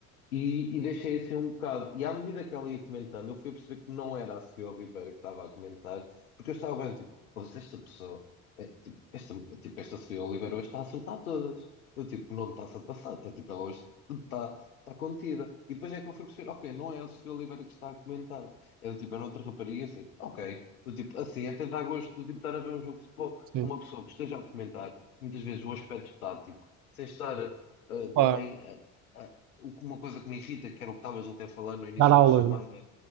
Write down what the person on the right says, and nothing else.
sim,
claro,
dar aulas,
né?